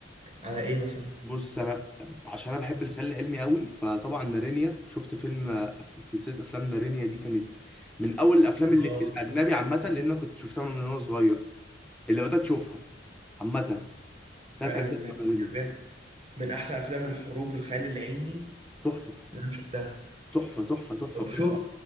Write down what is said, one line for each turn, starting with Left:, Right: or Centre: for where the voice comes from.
Right: على ايه مثلا
Centre: بص انا عشان انا بحب الخيال العلمي قوي فطبعا نارينيا شفت فيلم آه، في سلسله افلام نارينيا دي كانت من اول الافلام
Right: اه
Centre: اللي الاجنبي عامه لان انا كنت شفتها من وانا صغير اللي بدات اشوفها عامه تلات
Right: فعلا
Centre: اجزاء من نارينيا
Right: بجد من احسن افلام الحروب والخيال العلمي
Centre: تحفه
Right: اللي انا شفتها
Centre: تحفه تحفه تحفه
Right: طب
Centre: بجد
Right: شفت